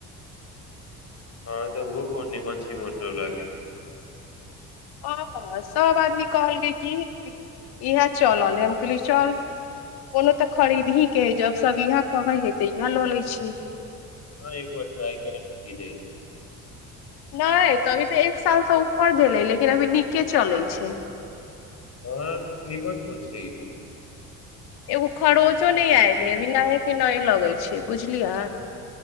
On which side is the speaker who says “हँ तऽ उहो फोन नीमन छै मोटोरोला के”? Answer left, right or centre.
Left